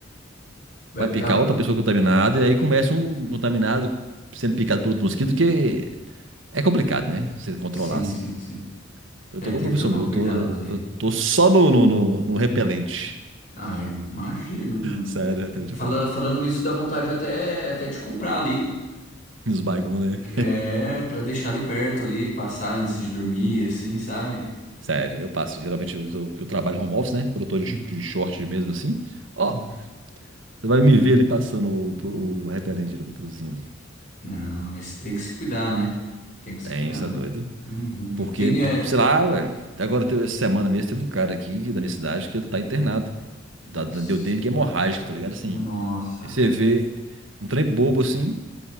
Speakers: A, on the left (about 40°); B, on the right (about 75°).
A: Vai
B: vai
A: picar.
B: picar outra pessoa contaminada, e aí começa um contaminado sendo picado por outro mosquito, que É complicado, né? Você controlar
A: Sim,
B: assim.
A: sim, sim.
B: Eu
A: É,
B: tô com
A: tem
B: um professor
A: que tomar
B: meu,
A: cuidado
B: eu tô,
A: aí.
B: eu tô só no, no, no, no repelente.
A: Ai, imagino, mano.
B: Sério, repelente
A: Fala,
B: é foda.
A: falando nisso, dá vontade até, até de comprar ali.
B: Nos baigons, né?
A: É, pra deixar ali perto ali, passar antes de dormir, assim, sabe?
B: Sério, eu passo. Geralmente eu, eu- eu trabalho home office, né? Quando eu tô de,
A: Hum,
B: de short mesmo assim. Ó,
A: hum.
B: você vai me ver ali passando o, o repelente ali, o patrocinho ali.
A: Não, esse tem que se cuidar, né? Tem que se
B: Tem,
A: cuidar.
B: isso é doido.
A: Uhum.
B: Porque,
A: Tem, é...
B: sei lá, velho. até Agora, teve- essa semana mesmo, teve um cara aqui da minha cidade que ele tá internado.
A: Nossa.
B: Tá, deu dengue hemorrágica, tá ligado? Assim.
A: Nossa.
B: Aí você vê um trem bobo assim.